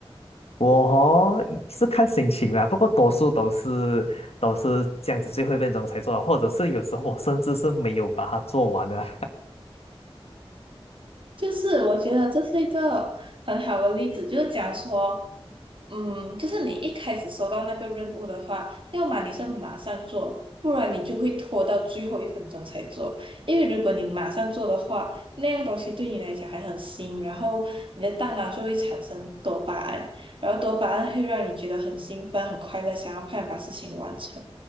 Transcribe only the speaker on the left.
我哦是看心情啦，不过多数都是都是这样子最后一分钟才做的或者是有时候我甚至是没有把它做完的。